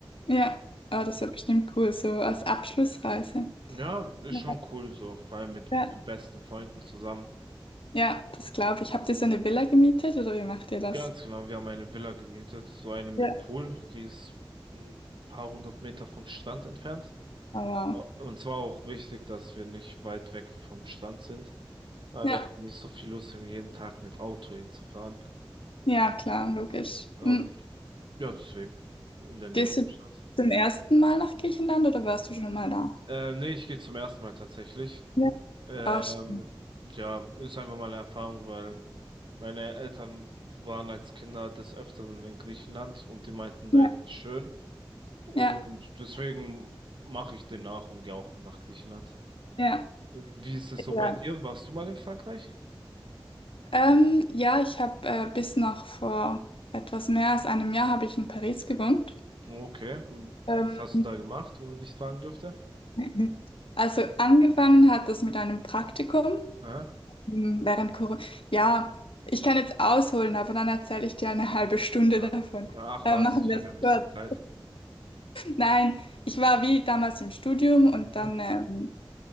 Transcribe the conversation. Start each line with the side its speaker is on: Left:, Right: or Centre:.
Left: Ja, ah, das wird bestimmt cool, so als Abschlussreise.
Right: Ja, ist
Left: ja,
Right: schon cool so, vor allem mit
Left: ja,
Right: den besten Freunden zusammen.
Left: Ja, das glaube ich. Habt ihr so eine Villa gemietet oder wie macht ihr das?
Right: Ganz genau, wir haben eine Villa gemietet, so eine mit
Left: ja.
Right: Pool, die ist ein paar hundert Meter vom Strand entfernt.
Left: Aber
Right: Und zwar auch wichtig, dass wir nicht weit weg vom Strand sind, weil
Left: ja,
Right: wir haben nicht so viel Lust, irgendwie jeden Tag mit Auto hinzufahren.
Left: ja, klar, logisch.
Right: Und
Left: Mhm.
Right: ja, deswegen in der Nähe
Left: Gehst
Right: vom
Left: du
Right: Strand.
Left: zum ersten Mal nach Griechenland oder warst du schon mal da?
Right: Äh, nee, ich gehe zum ersten Mal tatsächlich.
Left: ja,
Right: Ähm,
Left: Ah, sch-
Right: ja, ist einfach mal eine Erfahrung, weil meine Eltern waren als Kinder des Öfteren in Griechenland und die meinten, da
Left: ja.
Right: ist es schön. Und
Left: ja,
Right: deswegen mache ich den nach und gehe auch nach Griechenland.
Left: ja.
Right: Wie ist es so bei
Left: Ja.
Right: dir? Warst du mal in Frankreich?
Left: Ähm, ja, ich habe äh, bis noch vor etwas mehr als einem Jahr habe ich in Paris gewohnt.
Right: Okay,
Left: Ähm,
Right: was hast du da gemacht, wenn ich fragen dürfte?
Left: <laughs> Mhm. Also angefangen hat das mit einem Praktikum
Right: Aha.
Left: hm, während Corona. Ja, ich kann jetzt ausholen, aber dann erzähle ich dir eine halbe Stunde
Right: Ah.
Left: davon.
Right: Ach
Left: Äh,
Right: was,
Left: machen
Right: ich
Left: wir
Right: habe
Left: es
Right: ja ein
Left: kurz.
Right: bisschen Zeit.
Left: Nein, ich war wie damals im Studium und
Right: Mhm.
Left: dann ähm,